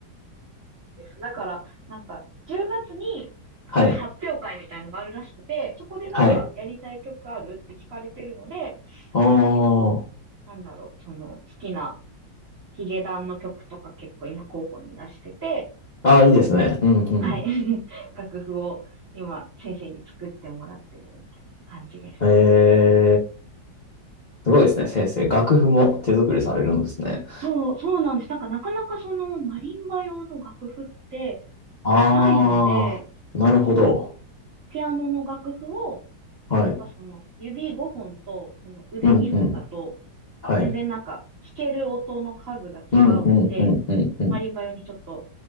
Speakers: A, on the right (about 45°); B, on the left (about 80°).
A: ですだから、なんか、10月に、
B: はい。
A: なんか発表会みたいのがあるらしくて、そこでなんかやりたい曲あるって聞かれてるので、
B: はい。あーあー。
A: なんか結構、なんだろう、その好きなヒゲダンの曲とか結構今候補に出してて、
B: あいいですね。うん、うん。
A: はい、<laughs> 楽譜を今先生に作ってもらってるみたいな感じです。
B: えーすごいですね、先生。楽譜も手作りされるんですね。
A: そう、そうなんです。なんかなかなかそのマリンバ用の楽譜って
B: ああ、
A: ないので、やっぱその
B: なるほど。
A: ピアノの楽譜を、
B: はい。
A: やっぱその指5本とその腕2本だと、
B: うん、うん。はい。
A: 全然なんか弾ける音の数が違うので、
B: うん、うん、うん、うん、
A: マリンバ用にちょっと